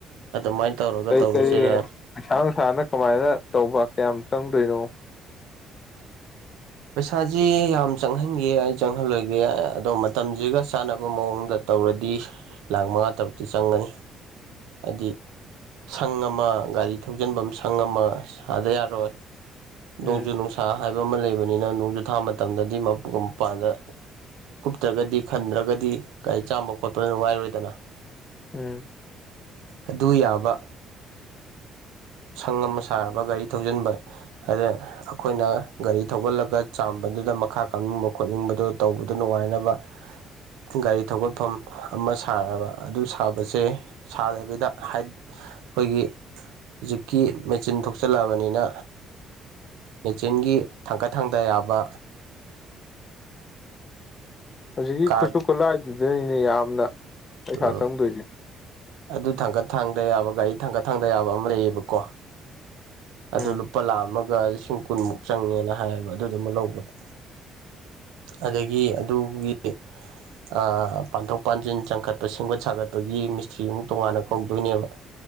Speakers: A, on the right; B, on the left.
A: ꯑꯗꯨꯃꯥꯏꯅ ꯇꯧꯔꯒ
B: ꯀꯔꯤ
A: ꯇꯧꯔꯁꯤꯔꯥ
B: ꯀꯔꯤ ꯄꯩꯁꯥ ꯅꯨꯡꯁꯥꯅ ꯀꯃꯥꯏꯅ ꯇꯧꯕ ꯀꯌꯥꯝ ꯆꯪꯗꯣꯏꯅꯣ
A: ꯄꯩꯁꯥꯁꯤ ꯌꯥꯝ ꯆꯪꯍꯟꯒꯦ ꯌꯥꯏ ꯆꯪꯍꯜꯂꯣꯏꯒꯦ ꯑꯗꯣ ꯃꯇꯝꯁꯤꯒ ꯆꯥꯟꯅꯕ ꯃꯑꯣꯡꯗ ꯇꯧꯔꯗꯤ ꯂꯥꯛ ꯃꯉꯥ ꯇꯔꯨꯛꯇꯤ ꯆꯪꯒꯅꯤ ꯍꯥꯏꯗꯤ ꯁꯪ ꯑꯃ ꯒꯥꯔꯤ ꯊꯧꯖꯤꯟꯕꯝ ꯁꯪ ꯑꯃ ꯁꯥꯗ ꯌꯥꯔꯣꯏ
B: ꯎꯝ
A: ꯅꯣꯡꯖꯨ ꯅꯨꯡꯁꯥ ꯁꯥ ꯍꯥꯏꯕ ꯑꯃ ꯂꯩꯕꯅꯤꯅ ꯅꯨꯡꯖꯨ ꯊꯥ ꯃꯇꯝꯗꯗꯤ <unintelligible> ꯃꯄꯥꯟꯒ ꯀꯨꯞꯇ꯭ꯔꯒꯗꯤ ꯈꯟꯗ꯭ꯔꯒꯗꯤ ꯒꯥꯔꯤ ꯆꯥꯝꯕ ꯈꯣꯠꯄ ꯅꯨꯡ ꯉꯥꯏꯔꯣꯏꯗꯅ
B: ꯎꯝ
A: ꯑꯗꯨ ꯌꯥꯕ ꯁꯪ ꯑꯃ ꯁꯥꯔꯕ ꯒꯥꯔꯤ ꯊꯧꯖꯤꯟꯕ ꯑꯗ ꯑꯩꯈꯣꯏꯅ ꯒꯥꯔꯤ ꯊꯧꯒꯠꯂꯒ ꯆꯥꯝꯕꯗꯨꯗ ꯃꯈꯥ ꯀꯥꯞꯅꯤꯡꯕ ꯈꯣꯠꯅꯤꯡꯕꯗꯣ ꯇꯧꯕꯗ ꯅꯨꯡꯉꯥꯏꯅꯕ ꯒꯥꯔꯤ ꯊꯧꯒꯠꯐꯝ ꯑꯃ ꯁꯥꯔꯕ ꯑꯗꯨ ꯁꯥꯕꯁꯦ ꯁꯥꯗꯕꯤꯗ ꯑꯩꯈꯣꯏꯒꯤ ꯍꯧꯖꯤꯛꯀꯤ ꯃꯦꯆꯤꯟ ꯊꯣꯛꯆꯜꯂꯛꯑꯕꯅꯤꯅ ꯃꯦꯆꯤꯟꯒꯤ ꯊꯥꯡꯀꯠ ꯊꯥꯡꯗ ꯌꯥꯕ
B: ꯍꯧꯖꯤꯛꯀꯤ
A: ꯀꯥꯔꯠ
B: ꯈꯨꯠꯁꯨ ꯈꯨꯠꯂꯥꯏꯗꯨꯗꯅꯤꯅꯦ ꯌꯥꯝꯅ ꯄꯩꯁꯥ
A: ꯎꯝ
B: ꯆꯪꯗꯣꯏꯁꯦ
A: ꯑꯗꯨ ꯊꯥꯡꯀꯠ ꯊꯥꯡꯗ ꯌꯥꯕ ꯒꯥꯔꯤ ꯊꯥꯡꯀꯠ ꯊꯥꯡꯗ ꯌꯥꯕ ꯑꯃ ꯂꯩꯌꯦꯕꯀꯣ ꯑꯗꯨ
B: ꯎꯝ
A: ꯂꯨꯄꯥ ꯂꯥꯛ ꯑꯃꯒ ꯂꯤꯁꯤꯡ ꯀꯨꯟꯃꯨꯛ ꯆꯪꯉꯦꯅ ꯍꯥꯏꯌꯦꯕ ꯑꯗꯨ ꯗꯨꯃ ꯂꯧꯕꯗ ꯑꯗꯒꯤ ꯑꯗꯨꯒꯤ ꯑꯥ ꯄꯥꯟꯊꯣꯛ ꯄꯥꯟꯁꯤꯟ ꯆꯪꯈꯠ ꯑꯄ ꯁꯦꯝꯒꯠ ꯁꯥꯒꯠꯄꯒꯤ ꯃꯤꯁꯇ꯭ꯔꯤ ꯑꯃꯨꯛ ꯇꯣꯉꯥꯟꯅ ꯀꯧꯗꯣꯏꯅꯦꯕ